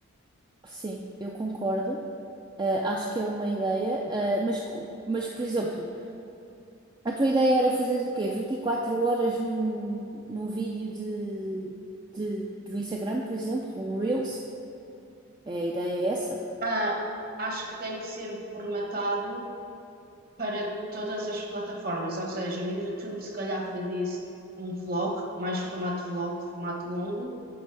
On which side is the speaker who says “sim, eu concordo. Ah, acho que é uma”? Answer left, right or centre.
Right